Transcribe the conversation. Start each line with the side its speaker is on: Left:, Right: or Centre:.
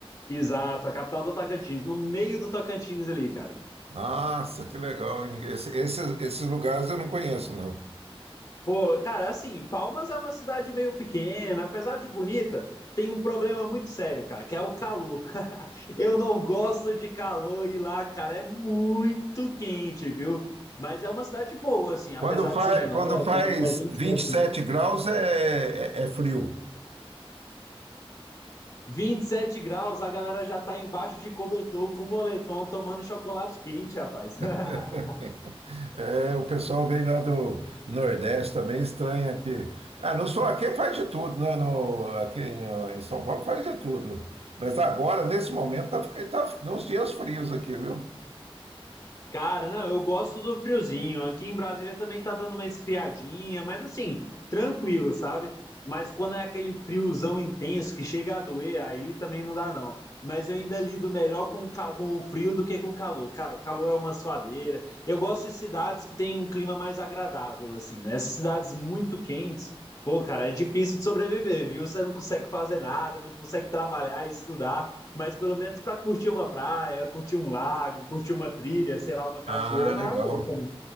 Left: Exato, a capital do Tocantins, no meio do Tocantins ali, cara.
Right: Nossa, que legal, hein? Esse- esse- esses lugares eu não conheço, não.
Left: Pô, cara, assim, Palmas é uma cidade meio pequena, apesar de bonita, tem um problema muito sério, cara, que é o calor. Eu não gosto de calor e lá, cara, é muito quente, viu? Mas é uma cidade boa, assim, apesar
Right: Quando faz,
Left: de ser menor,
Right: quando faz
Left: tem uns 300
Right: 27
Left: mil
Right: graus é, é, é frio.
Left: 27 graus, a galera já tá embaixo de cobertor com moletom tomando chocolate quente, rapaz. <laughs>
Right: <laughs> É, o pessoal vem lá do Nordeste também, estranha aqui. Ah, no sul aqui faz de tudo, né? No, aqui em, ó, em São Paulo faz de tudo. Mas agora, nesse momento, tá, fica- tá uns dias frios aqui, viu?
Left: Cara, não, eu gosto do friozinho. Aqui em Brasília também tá dando uma esfriadinha, mas assim, tranquilo, sabe? Mas quando é aquele friozão intenso que chega a doer, aí também não dá, não. Mas eu ainda lido melhor com, o ca- com o frio do que com o calor. Cara, o calor é uma suadeira. Eu gosto de cidades que têm um clima mais agradável, assim, né? Essas cidades muito quentes, pô, cara, é difícil de sobreviver, viu? Você não consegue fazer nada, não consegue trabalhar, estudar. Mas pelo menos para curtir uma praia, curtir um lago, curtir uma trilha, sei lá, uma cachoeira,
Right: Ah,
Left: é maravilhoso
Right: legal.
Left: também.